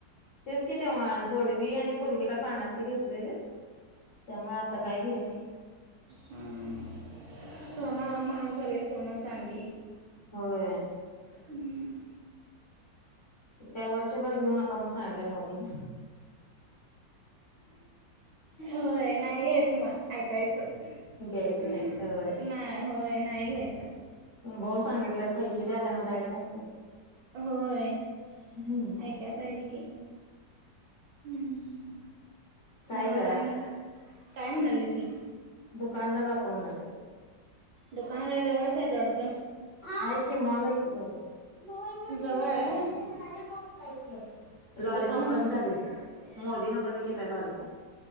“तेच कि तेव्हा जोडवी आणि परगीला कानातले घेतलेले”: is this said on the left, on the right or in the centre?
Left